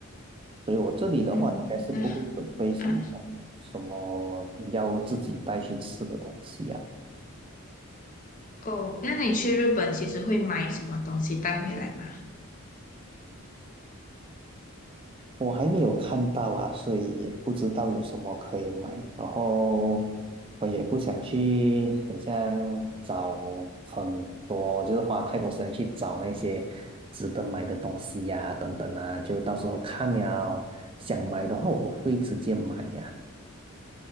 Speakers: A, on the right (about 25°); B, on the left (about 35°).
A: 所以我这里的话，
B: 嗯，
A: 应该是不会准备什么什么要自己带去吃的东西啊，
B: 啊，哦，那你去日本其实会买什么东西带回来吗？
A: 我还没有看到啊，所以也不知道有什么可以买。然后我也不想去，很像找很多，就是花太多时间去找那些值得买的东西呀、等等啊，就到时候看了想买的话，我会直接买呀、